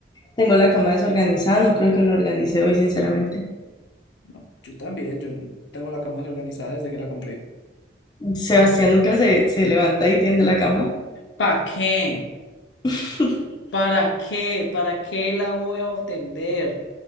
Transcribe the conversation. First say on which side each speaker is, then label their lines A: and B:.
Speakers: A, on the left (about 25°); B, on the left (about 85°).
A: Tengo la cama desorganizada, no creo que lo organice hoy, sinceramente.
B: no, yo también, yo tengo la cama organizada desde que la compré.
A: Sebastián nunca se, se levanta y tiende la cama.
B: ¿Para qué?
A: <laughs>
B: ¿Para qué? ¿Para qué la voy a obtener?